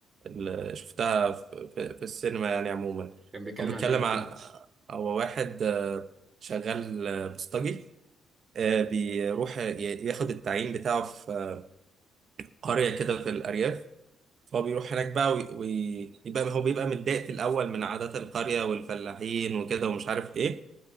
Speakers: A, on the right; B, on the right.
A: اللي شفتها في, في, في السينما يعني عموما
B: كان بيتكلم
A: هو بيتكلم
B: عن ايه الفيلم
A: عن هو واحد آه، شغال آه، بوسطجي آه، بيروح ي- ياخد التعيين بتاعه في آه، قرية كده في الأرياف فهو بيروح هناك بقى وي- ويبقى هو بيبقى متضايق في الأول من عادات القرية والفلاحين وكده ومش عارف إيه